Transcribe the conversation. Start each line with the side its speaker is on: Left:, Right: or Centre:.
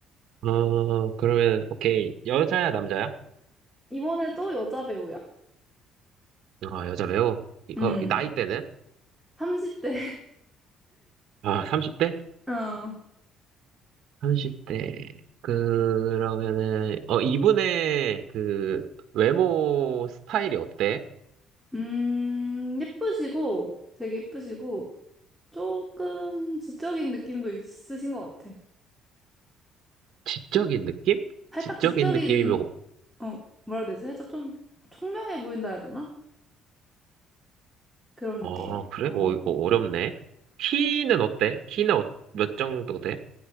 Right: 어, 그러면, 오케이. 여자야, 남자야?
Centre: 이번에도 여자 배우야.
Right: 아, 여자 배우. 이거,
Centre: 음,
Right: 나이대는?
Centre: 30대.
Right: 아, 30대?
Centre: <laughs> 어,
Right: 30대. 그러면은, 어, 이분의 그, 외모 스타일이 어때?
Centre: 음, 예쁘시고, 되게 예쁘시고, 조금 지적인 느낌도 있으신 것 같아.
Right: 지적인 느낌?
Centre: 살짝
Right: 지적인
Centre: 지적인,
Right: 느낌이면
Centre: 어, 뭐라 해야 되지? 살짝 좀 총명해 보인다 해야 되나? 그런
Right: 아,
Centre: 느낌이야.
Right: 그래?
Centre: 어.
Right: 오, 이거 어렵네. 키는 어때? 키는 어- 몇 정도 돼?